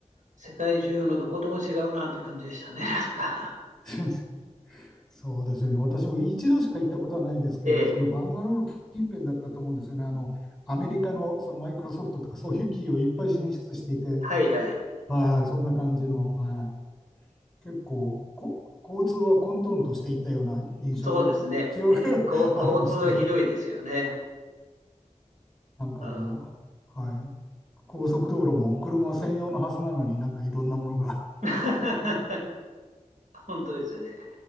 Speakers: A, on the right; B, in the centre.
A: 世界中のどことも違うなという感じでしたね、<laughs> なんか。
B: <laughs> そうですよね。私も一度しか行ったことはないですけど、
A: <laughs> えー
B: そのバンガロール近辺だったと思うんですよね。あの、アメリカのそのマイクロソフトとかそういう企業いっぱい進出していて、
A: はいはい、
B: はいはい、そんな感じの、はい。結構、こ、交通は混沌としていたような印象が、
A: そうですね、
B: 記憶が
A: えこ交通はひどいですよね。
B: <laughs> あるんですけど、なんかあの、
A: あ
B: はい。高速道路も車専用のはずなのになんかいろんなものが。
A: <laughs> 本当ですよね。